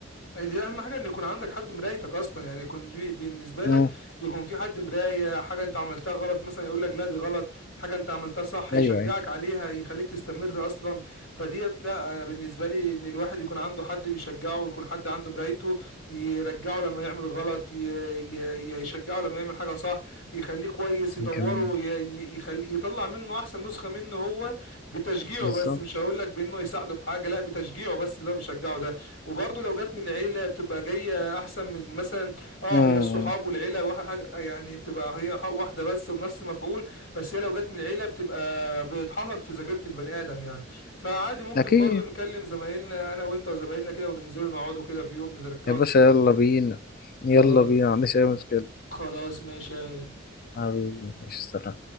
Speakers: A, on the left; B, on the left.
A: أي دي اهم حاجه ان يكون عندك حد مرايتك اصلا يعني يكون لي- بالنسبه
B: مم.
A: لك يكون في حد مرايه حاجه انت عملتها غلط مثلا يقول لك لا دي غلط حاجه انت عملتها صح يشجعك
B: ايوه أيوة.
A: عليها يخليك تستمر اصلا فديت لا انا بالنسبه لي ان الواحد يكون عنده حد بيشجعه ويكون حد عنده مرايته يرجعه لما يعمل غلط ي- ي- يشجعه لما يعمل حاجه صح يخليه كويس يطوره
B: جميل
A: ي- ي- يخلي يطلع منه احسن نسخه منه هو بتشجيعه
B: بالظبط
A: بس مش هقول لك بانه يساعده في حاجه لا بتشجيعه بس اللي هو بيشجعه ده وبرضه لو جت من العيلة بتبقى جاية أحسن من مثلا اه
B: مم.
A: هي الصحاب والعيلة واحد حاجة- يعني بتبقى هي ح- واحدة بس بنفس المفعول بس هي لو جت من العيلة بتبقى بتحفر في ذاكرة البني آدم يعني فعادي ممكن
B: أكيد
A: برضه نكلم زمايلنا أنا وأنت وزمايلنا كده وننزلوا نقعدوا كده في يوم نرجعوا
B: يا باشا
A: ذكريات
B: يلا
A: قبل كده
B: بينا يلا
A: خلاص
B: بينا ما عنديش أي مشكلة
A: خلاص ماشي يا غالي
B: حبيبي ماشي سلام